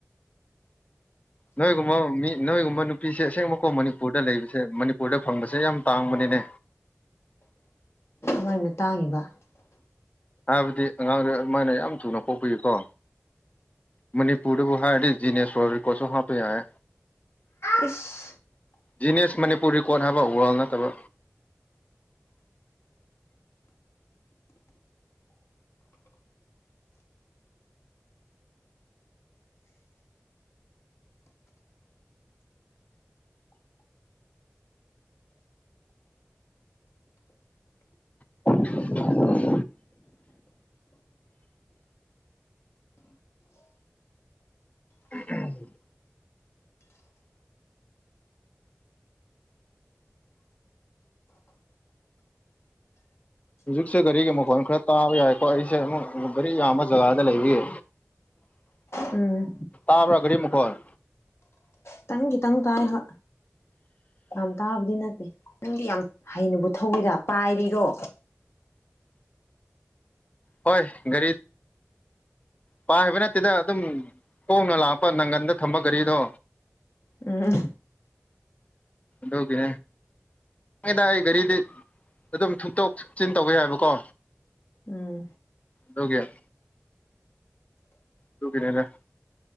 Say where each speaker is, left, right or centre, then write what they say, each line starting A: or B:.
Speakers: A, on the left (about 30°); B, on the left (about 60°).
A: ꯅꯣꯏꯒꯨꯝꯕ ꯃꯤ ꯅꯣꯏꯒꯨꯝꯕ ꯅꯨꯄꯤꯁꯦ ꯑꯁꯦꯡꯕꯀꯣ ꯃꯅꯤꯄꯨꯔꯗ ꯂꯩꯕꯁꯦ ꯃꯅꯤꯄꯨꯔꯗ ꯐꯪꯕꯁꯦ ꯌꯥꯝ ꯇꯥꯡꯕꯅꯤꯅꯦ
B: ꯃꯣꯏꯅ ꯇꯥꯡꯉꯤꯕ
A: ꯍꯥꯏꯕꯗꯤ ꯑꯉꯥꯡꯗ ꯑꯗꯨꯃꯥꯏꯅ ꯌꯥꯝ ꯊꯨꯅ ꯄꯣꯛꯄꯤꯌꯀꯣ ꯃꯅꯤꯄꯨꯔꯗꯕꯨ ꯍꯥꯏꯗꯤ ꯖꯤꯅꯦꯁꯣꯔꯔꯤꯀꯣꯁꯨ ꯍꯥꯞꯄ ꯌꯥꯦ
B: ꯏꯁꯐ
A: ꯖꯤꯅꯤꯌꯁ ꯃꯅꯤꯄꯨꯔ ꯔꯦꯀꯣꯔꯠ ꯍꯥꯏꯕ ꯋꯥꯔꯜ ꯅꯠꯇꯕ <unintelligible> ꯎꯝ ꯍꯧꯖꯤꯛꯁꯦ ꯒꯥꯔꯤꯒꯤ ꯃꯈꯣꯟꯜ ꯈꯔ ꯇꯥꯕ ꯌꯥꯏꯀꯣ ꯑꯩꯁꯦ ꯑꯃꯨꯛ ꯒꯥꯔꯤ ꯌꯥꯝꯕ ꯖꯒꯥꯗ ꯂꯩꯕꯤꯌꯦ
B: ꯎꯝ
A: ꯇꯥꯕ꯭ꯔꯒꯔꯤ ꯃꯈꯀꯔ
B: ꯈꯤꯇꯪ ꯈꯤꯇꯪ ꯇꯥꯏꯕ ꯌꯥꯝ ꯇꯥꯕꯗꯤ ꯅꯠꯇꯦ ꯅꯪꯗꯤ ꯌꯥꯝ ꯍꯩꯅꯕꯨ ꯊꯧꯋꯤꯔ ꯄꯥꯏꯔꯤꯔꯣ
A: ꯍꯣꯏ ꯔꯤ ꯄꯥꯏ ꯍꯥꯏꯕ ꯅꯠꯇꯦꯗ ꯑꯗꯨꯝ ꯀꯣꯡꯅ ꯂꯥꯛꯄ ꯅꯪꯒꯟꯗ ꯊꯝꯕ ꯒꯥꯔꯤꯗꯣ
B: ꯎꯝ
A: ꯍꯀꯦ ꯅꯪꯉꯅ ꯑꯩ ꯒꯥꯔꯤꯗꯤ ꯑꯗꯨꯝ ꯊꯨꯇꯣꯛ ꯊꯆꯤꯟ ꯇꯧꯕ ꯍꯥꯏꯏꯕꯀꯣ
B: ꯎꯝ
A: ꯗꯒꯦ ꯇ ꯀꯅꯦꯗ